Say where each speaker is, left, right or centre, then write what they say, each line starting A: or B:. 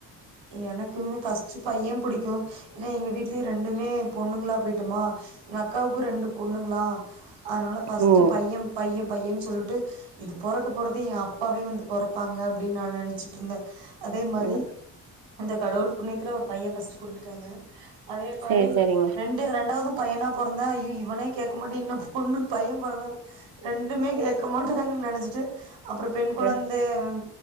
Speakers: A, on the right; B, on the right.
A: எனக்குமே ஃபஸ்ட்டு பைய புடிக்கு ஏன்னா எங்க வீட்லயு ரெண்டுமே பொண்ணுங்களா போயிட்டோமா எங்க அக்காவுக்கு ரெண்டு பொண்ணுங்களா அதனால ஃபர்ஸ்ட்டு
B: ஓ
A: பைய பைய பையன்னு சொல்லிட்டு இது பொறக்க போறது ஏ அப்பாவே வந்து பொறப்பாங்க அப்டின்னு நா நெனைச்சிட்ருந்தே அதே மாரி
B: ம்
A: இந்த கடவுள் புண்ணியத்துல ஒரு பைய ஃபஸ்டு ஸ்கூலு <unintelligible> டங்க அதே மாரி
B: சேரி சேரிங்க
A: ரெண்டு ரெண்டாவது பையனா பெறந்தா ஐயோ இவனே கேட்க மாட்டீனா இன்னும் பொண்ணு பைய பிறந்த ரெண்டுமே கேட்க மாட்டுறாங்க நென வச்சுட்டு அப்புற பெண் குழந்தை
B: ம்
A: ம்